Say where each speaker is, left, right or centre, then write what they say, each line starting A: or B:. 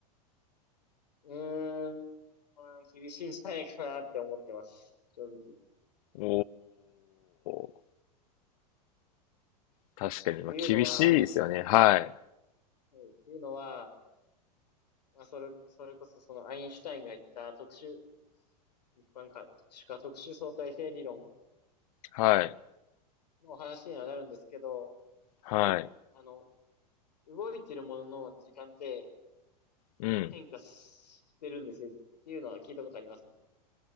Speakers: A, on the left; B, on the left.
A: うーん、うん、厳しいんじゃないかなって思ってます。正直。っ
B: おー、確かに、まあ、
A: ていうのは、
B: 厳しいですよね。はい。
A: はい、っていうのは、まあ、それ、それこそそのアインシュタインが言った特殊、一般か、特殊か特殊相対性理論
B: はい。
A: の話にはなるんですけど、
B: はい。
A: あの、動いてるものの時間って
B: うん。
A: 変化してるんですよっていうのは聞いたことあります。